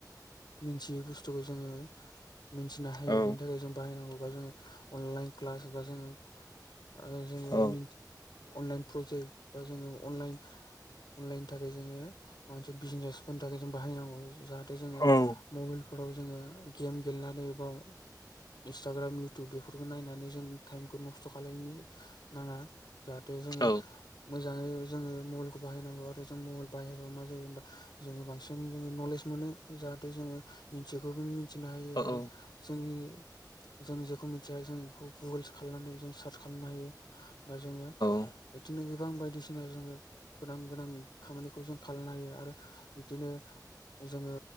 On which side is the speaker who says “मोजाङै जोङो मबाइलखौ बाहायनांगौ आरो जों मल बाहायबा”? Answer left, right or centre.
Left